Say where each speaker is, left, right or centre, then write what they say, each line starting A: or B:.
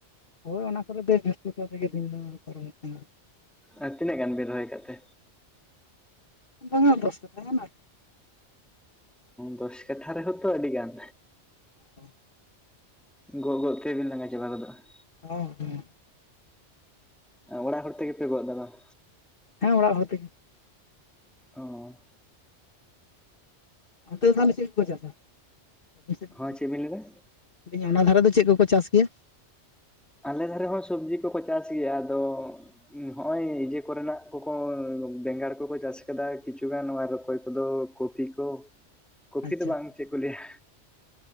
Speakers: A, on the left; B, in the centre.
A: ᱦᱳᱭ ᱚᱱᱟ ᱠᱚᱨᱮ ᱫᱚ ᱡᱟᱹᱥᱛᱤ ᱠᱟᱭ ᱛᱮᱜᱮ ᱫᱤᱱ ᱢᱟ ᱯᱚᱨᱚᱢᱚᱜ ᱠᱟᱱᱟ᱾
B: ᱟᱨ ᱛᱤᱱᱟᱹᱜ ᱜᱟᱱ ᱵᱮᱱ ᱨᱚᱦᱚᱭ ᱟᱠᱟᱫ ᱛᱮ?
A: <unintelligible>
B: ᱫᱚᱥ ᱠᱟᱴᱷᱟ ᱨᱮ ᱦᱚᱛᱚ ᱟᱹᱰᱤ ᱜᱟᱱ
A: <unintelligible>
B: ᱜᱚᱜ ᱜᱚᱜ ᱛᱮᱵᱤᱱ ᱞᱟᱸᱜᱟ ᱪᱟᱵᱟ ᱜᱚᱫᱚᱜᱼᱟ ᱾
A: ᱦᱮ ᱦᱮᱸ
B: ᱚᱲᱟᱜ ᱦᱚᱲ ᱛᱮᱜᱮᱯᱮ ᱜᱚᱜ ᱫᱟ ᱵᱟᱝ
A: ᱦᱮᱸ ᱚᱲᱟᱜ ᱦᱚᱲ ᱛᱮᱜᱮ ᱾
B: ᱚᱸ
A: ᱚᱱᱛᱮ ᱫᱚ ᱛᱟᱦᱚᱞᱮ ᱪᱮᱜ ᱠᱚᱠᱚ ᱪᱟᱥᱟ ᱟᱵᱮᱱ ᱥᱮᱱ
B: ᱦᱚᱸ
A: ᱚᱱᱛᱮ?
B: ᱪᱮᱫ ᱵᱤᱱ ᱞᱟᱹᱭ ᱮᱫᱟ?
A: ᱢᱮᱫᱟᱹᱧ ᱚᱱᱟ ᱫᱷᱟᱨᱮ ᱫᱚ ᱪᱮᱫ ᱠᱚᱠᱚ ᱪᱟᱥ ᱜᱮᱭᱟ?
B: ᱟᱞᱮ ᱫᱷᱟᱨᱮ ᱦᱚᱸ ᱥᱚᱵᱽᱡᱤ ᱠᱚᱠᱚ ᱪᱟᱥ ᱜᱮᱭᱟ ᱟᱫᱚ ᱦᱚᱜ ᱚᱚᱭ ᱤᱭᱟᱹᱮ ᱠᱚᱨᱮᱱᱟᱜ ᱠᱚᱠᱚ ᱵᱮᱸᱜᱟᱲ ᱠᱚᱠᱚ ᱪᱟᱥ ᱟᱠᱟᱫᱟ ᱠᱤᱪᱷᱩᱩᱜᱟᱱ ᱟᱨ ᱚᱠᱚᱭ ᱠᱚᱫᱚ ᱠᱚᱯᱤ ᱠᱚ ᱠᱚᱯᱷᱤ
A: ᱟᱪᱪᱷᱟ
B: ᱫᱚ ᱵᱟᱝ
A: ᱟᱪᱪᱷᱟ
B: ᱪᱮᱫ ᱞᱟᱭᱟ